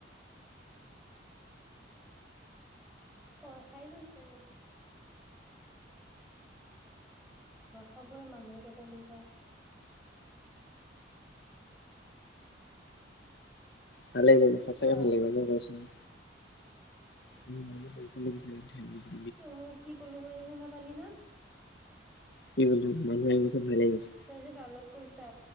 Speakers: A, in the centre; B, on the left.
A: ভয় খাই গৈছে <unintelligible> ভয় খাবই মানুহেই কেইটা সেনেকুৱা।
B: ভাল লাগিব ন' সঁচাকে
A: বা
B: ভাল লাগিব মই কৈছো নহ <unintelligible>
A: অ, মই কি কলো মই যে শুনা পালি না?
B: কি কলি মানুহ আহি গৈছে ভয় লাগি গৈছে।
A: তই যে ডাউনলোড কৰিছা